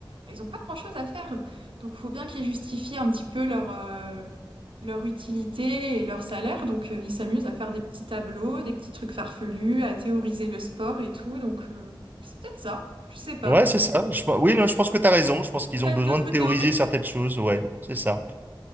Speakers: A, on the right; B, on the right.
A: bah, ils n'ont pas grand-chose à faire. Donc, il faut bien qu'ils justifient un petit peu leur, euh, leur utilité et leur salaire. Donc, euh, ils s'amusent à faire des petits tableaux, des petits trucs farfelus, à théoriser le sport et tout. Donc, euh, c'est peut-être ça, je sais pas.
B: Ouais, c'est ça. Je, pense- oui, non, je pense que t'as raison. Je pense qu'ils
A: T'as
B: ont besoin
A: une autre
B: de théoriser
A: théorie?
B: certaines choses. Ouais, c'est ça.